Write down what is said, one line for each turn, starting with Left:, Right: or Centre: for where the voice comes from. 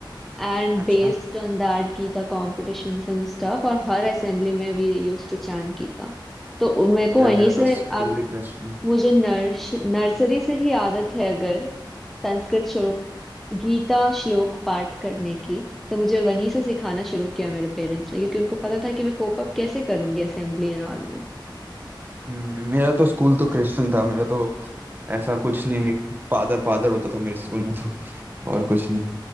Centre: And
Right: <clears throat> अच्छा
Centre: based on that Gita competitions and stuff और हर असेंबली में we used to chant Gita तो मेरे को
Right: यार
Centre: वहीं
Right: मेरा तो
Centre: से
Right: स्कूल
Centre: अब
Right: ही क्रिश्चियन
Centre: मुझे नर्स नर्सरी से ही आदत है अगर संस्कृत श्लोक गीता श्लोक पाठ करने की तो मुझे वहीं से सिखाना शुरू किया मेरे पेरेंट्स ने क्योंकि उनको पता था कि मैं कोप अप कैसे करूंगी असेंबली एंड ऑल में
Right: हम्म, मेरा तो स्कूल तो क्रिश्चियन था मेरा तो ऐसा कुछ नहीं फादर फादर होता था मेरे स्कूल में तो और कुछ नहीं